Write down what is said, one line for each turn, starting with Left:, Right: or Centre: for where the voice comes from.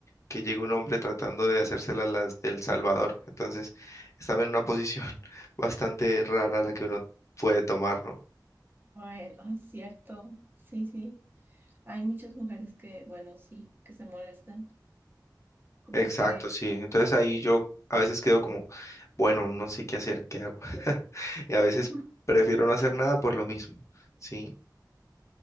Left: que llegue un hombre tratando de hacérsela las del Salvador. Entonces, están en una posición <laughs> bastante rara la que uno puede tomar, ¿no?
Right: Ay, ay, cierto, sí, sí. Hay muchas mujeres que, bueno, sí, que se molestan. Como
Left: Exacto,
Right: que
Left: sí. Entonces ahí yo a veces quedo como, bueno, no sé qué hacer, qué hago. <laughs> Y a veces
Right: Ujú.
Left: prefiero no hacer nada por lo mismo, ¿sí?